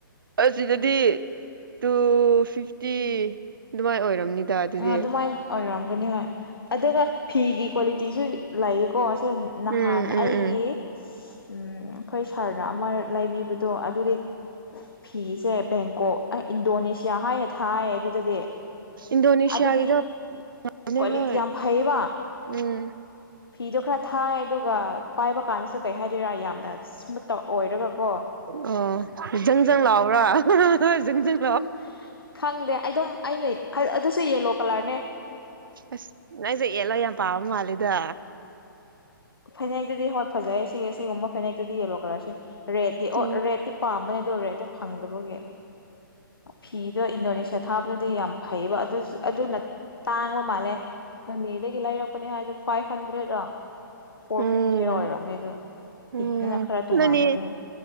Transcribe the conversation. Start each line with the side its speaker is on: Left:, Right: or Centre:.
Right: ꯑꯁꯤꯗꯗꯤ ꯇꯨ ꯐꯤꯐꯇꯤ ꯑꯗꯨꯃꯥꯏ ꯑꯣꯏꯔꯝꯅꯤꯗ ꯑꯗꯨꯗꯤ
Left: ꯑꯥ ꯑꯗꯨꯃꯥꯏꯅ ꯑꯣꯏꯔꯝꯒꯅꯤ ꯍꯣꯏ ꯑꯗꯨꯒ ꯐꯤꯒꯤ ꯀ꯭ꯋꯥꯂꯤꯇꯤꯁꯨ ꯂꯩꯌꯦꯀꯣ ꯁꯦ ꯅꯍꯥꯟ
Right: ꯎꯝ ꯎꯝ
Left: ꯑꯩꯒꯤ
Right: ꯎꯝ
Left: ꯑꯩꯈꯣꯏ ꯁꯥꯔꯅ ꯑꯃ ꯂꯩꯕꯤꯕꯗꯣ ꯑꯗꯨꯗꯤ ꯐꯤꯁꯦ ꯕꯦꯡꯀꯣꯛ ꯑꯩ ꯏꯟꯗꯣꯅꯦꯁꯤꯌꯥ ꯍꯥꯏꯅ ꯊꯥꯏ ꯑꯗꯨꯗꯗꯤ
Right: ꯏꯟꯗꯣꯅꯦꯁꯤꯌꯥꯒꯤꯗꯣ
Left: ꯑꯗꯨꯗꯤ
Right: ꯄꯥꯝꯃꯦ
Left: ꯀ꯭ꯋꯥꯂꯤꯇꯤ
Right: ꯍꯣꯢ
Left: ꯌꯥꯝ ꯐꯩꯌꯦꯕ
Right: ꯎꯝ
Left: ꯐꯤꯗꯣ ꯈꯔ ꯊꯥꯏ ꯑꯗꯨꯒ ꯄꯥꯏꯕ ꯀꯥꯟꯗꯁꯨ ꯀꯩ ꯍꯥꯏꯗꯣꯏꯔꯥ ꯌꯥꯝꯅ ꯁ꯭ꯃꯨꯠꯇ ꯑꯣꯏꯔꯒꯀꯣ
Right: ꯑꯣ ꯖꯪꯖꯪ ꯂꯥꯎꯕ꯭ꯔꯥ ꯖꯪꯖꯪ
Left: ꯎ ꯈꯪꯗꯦ ꯑꯩ ꯑꯗꯨꯝ ꯑꯩꯅ ꯑꯗꯨꯁꯨ ꯌꯦꯂꯣ ꯀꯂꯔꯅꯦ
Right: ꯑꯁ ꯅꯪꯁꯦ ꯌ‌ꯦꯜꯂꯣ ꯌꯥꯝ ꯄꯥꯝꯕ ꯃꯥꯜꯂꯤꯗ
Left: ꯐꯅꯦꯛꯇꯗꯤ ꯍꯣꯏ ꯐꯖꯩ ꯁꯤ ꯁꯤꯒꯨꯝꯕ ꯐꯅꯦꯛꯇꯗꯤ ꯌꯦꯜꯂꯣ ꯀꯂꯔꯁꯦ ꯔꯦꯠꯇꯤ
Right: ꯎꯝ
Left: ꯑꯣ ꯔꯦꯠꯇꯤ ꯄꯥꯝꯕꯅꯦꯗ‌ꯣ ꯔ‌ꯦꯠꯗꯣ ꯐꯪꯗꯕꯒꯤ ꯐꯤꯗꯣ ꯏꯟꯗꯣꯅꯦꯁꯤꯌꯥ ꯊꯥꯕꯗꯨꯗꯤ ꯌꯥꯝ ꯐꯩꯕ ꯑꯗꯨꯁꯨ ꯑꯗꯨꯅ ꯇꯥꯡꯕ ꯃꯥꯜꯂꯦ ꯅ‌ꯣꯅꯦꯗꯒꯤ ꯂꯩꯔꯛꯄꯅꯦ ꯍꯥꯏꯗꯣ ꯐꯥꯏꯚ ꯍꯟꯗ꯭ꯔꯦꯠꯔꯣ ꯐꯣꯔ
Right: ꯎꯝ
Left: ꯐꯤꯐꯇꯤꯔ ꯑꯣꯏꯔꯝꯅꯤꯗꯨ
Right: ꯎꯝ
Left: ꯐꯤꯗꯨꯅ ꯈꯔ ꯇꯣꯉꯥꯟꯕꯗꯨ
Right: ꯃꯅꯤ